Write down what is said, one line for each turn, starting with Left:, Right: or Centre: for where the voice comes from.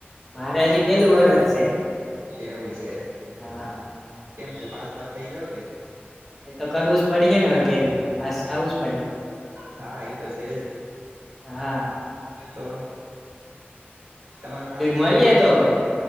Centre: મારે હજી પેલું વરષ છે,
Right: એવું છે
Centre: હા.
Right: કેમ છે પાસ પાસ થઇ જાવ કે?
Centre: એ તો કરવું જ પડે ને હવે કેવી રીતે પાસ થાવું
Right: હા એ તો છેજ.
Centre: હા
Right: તો તમારે ફાર્મસીમાં
Centre: મળીએ
Right: કેટલા વિષય
Centre: તો
Right: આવે?